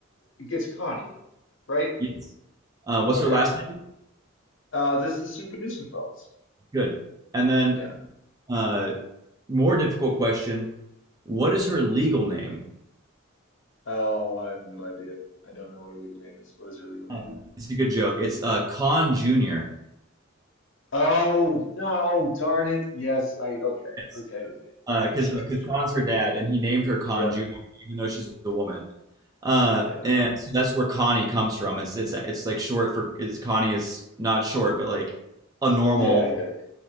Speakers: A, on the left; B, on the right.
A: it's Connie, right?
B: Yes. Uh, what's
A: Okay.
B: her last name?
A: Uh this is Super Nuisance
B: Good. And then,
A: Yeah.
B: uh, more difficult question: What is her legal name?
A: Oh, I have no idea. I don't know what her legal name is. What is her legal name?
B: Uh, it's a good joke. It's uh, Khan Junior.
A: Oh no, darn it. Yes, I okay,
B: Yes.
A: okay, okay. Right,
B: Because
A: sure,
B: because
A: sure.
B: Khan's her dad, and he named her Khan
A: Yep.
B: Junior, even though she's a woman. Uh,
A: Yeah.
B: and so that's where Connie comes from. It's it's it's like short for is Connie is not short, but like a normal.
A: Yeah, yeah,